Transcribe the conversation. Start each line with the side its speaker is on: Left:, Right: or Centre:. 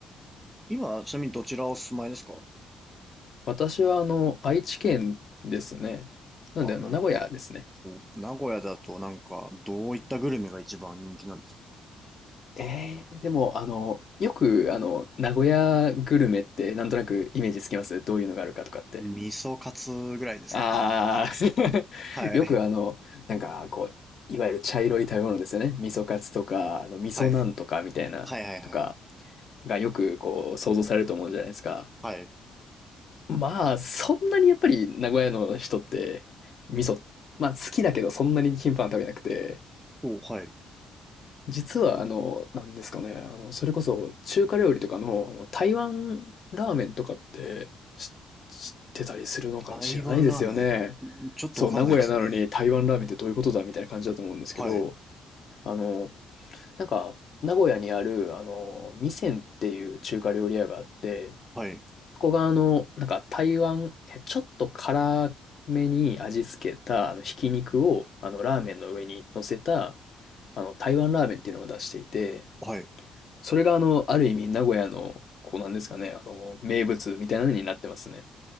Centre: 今、ちなみにどちらお住まいですか
Left: 私はあの、愛知県ですね。なんであの、
Centre: あ、なんか、
Left: 名古屋ですね。
Centre: 名古屋だとなんか、どういったグルメが一番人気なんですか
Left: ええでも、あの、よく、あの、名古屋グルメって、なんとなくイメージつきますどういうのがあるかとかって。
Centre: 味噌カツぐらいですかね。
Left: ああ、<laughs>
Centre: はい。
Left: よく、あの、なんか、こう、いわゆる茶色い食べ物ですよね。味噌カツとか、
Centre: <laughs>
Left: あの、味噌なんとかみたいな、
Centre: はい。はいはいはい
Left: とか、がよく、こう、想像されると思うじゃないですか。
Centre: はい。
Left: まあ、そんなにやっぱり、名古屋の人って、味噌、まあ、好きだけど、そんなに頻繁に食べなくて、
Centre: お、はい。
Left: 実は、あの、なんですかね、あの、それこそ中華料理とかの、あの、台湾ラーメンとかってし知ってたりするのか知らないですよね。
Centre: 台湾ラーメン、ちょっとわかんないですね。
Left: そう、名古屋なのに台湾ラーメンってどういうことだみたいな感じだと思うんですけど、
Centre: はい、
Left: あの、なんか、名古屋にある、あの、味仙っていう中華料理屋があって、
Centre: はい、
Left: そこがあの、なんか台湾、えちょっと辛めに味付けた、あの、ひき肉を、あの、ラーメンの上に乗せた、あの、台湾ラーメンっていうのを出していて、
Centre: はい。
Left: それがあの、ある意味名古屋の、こうなんですかね、あの、名物みたいなのになってますね。